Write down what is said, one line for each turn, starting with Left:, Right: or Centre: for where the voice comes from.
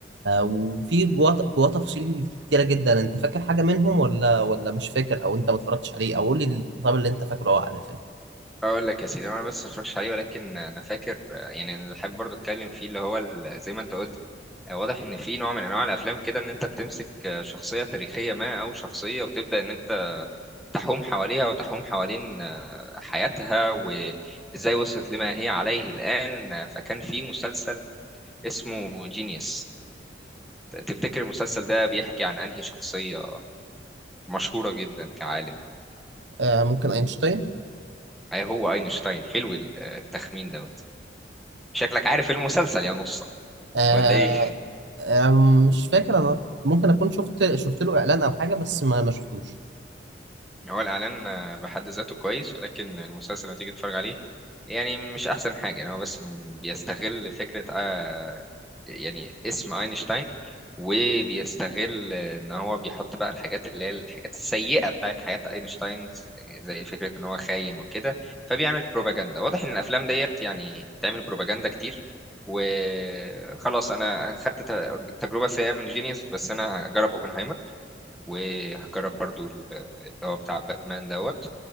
Right: آه، وفي جواه جواه تفاصيل كتيره جدا انت فاكر حاجه منهم ولا ولا مش فاكر او انت ما اتفرجتش عليه او قول لي الخطاب اللي انت فاكره عن الفيلم
Centre: اقول لك يا سيدي انا بس ما اتفرجتش عليه ولكن انا فاكر آه، يعني اللي حابب برضه اتكلم فيه اللي هو ال- زي ما انت قلت واضح ان في نوع من انواع الافلام كده ان انت بتمسك شخصيه تاريخيه ما او شخصيه وتبدا ان انت تحوم حواليها وتحوم حوالين حياتها وازاي وصلت لما هي عليه الان فكان في مسلسل اسمه جينيوس تفتكر المسلسل ده بيحكي عن انهي شخصيه مشهوره جدا كعالم
Right: آه، ممكن اينشتاين
Centre: هي هو اينشتاين حلو التخمين دوت شكلك عارف المسلسل يا نصة
Right: آه،
Centre: ولا ايه
Right: آه، مش فاكر انا ممكن اكون شفت شفت له اعلان او حاجه بس ما ما شفتوش
Centre: هو الإعلان آه، بحد ذاته كويس لكن المسلسل لما تيجي تتفرج عليه يعني مش أحسن حاجة يعني هو بس م- بيستغل فكرة آه، يعني اسم أينشتاين وبيستغل إن هو بيحط بقى الحاجات اللي هي الحاجات السيئة بتاعت حياة أينشتاين زي فكرة إن هو خاين وكده فبيعمل بروباجندا واضح إن الأفلام ديت يعني بتعمل بروباجندا كتير وخلاص أنا خدت ت- تجربة سيئة من جينيوس بس أنا هجرب أوبنهايمر وهجرب برضو ال- اللي هو بتاع باتمان دوت